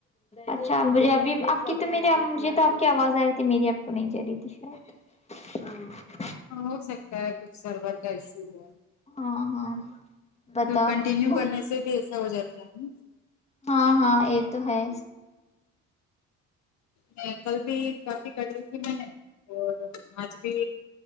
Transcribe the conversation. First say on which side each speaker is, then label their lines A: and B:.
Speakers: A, on the left; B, on the left.
A: اچھا مجھے ابھی آپ کی تو میرے مجھے تو آپ کی آواز آ رہی تھی میری آپ کو نہیں جا رہی تھی شاید ہاں
B: ہاں ہو سکتا ہے کچھ سرور کا ایشو ہو ہے
A: ہاں ہاں بتاؤ
B: پھر کنٹینیو کرنے سے بھی ایسا ہو جاتا ہے ن
A: ہاں ہاں یہ تو ہے
B: میں کل بھی کافی کر لی تھی میں نے اور آج بھی